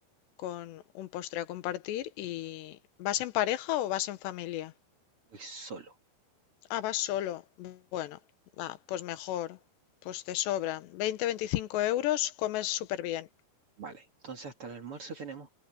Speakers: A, on the left (about 85°); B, on the right (about 40°).
A: con un postre a compartir. Y ¿vas en pareja o vas en familia?
B: Voy solo.
A: Ah, vas solo. Bueno, ah, pues mejor, pues te sobra. 20-25 euros, comes súper bien.
B: Vale, entonces hasta el almuerzo tenemos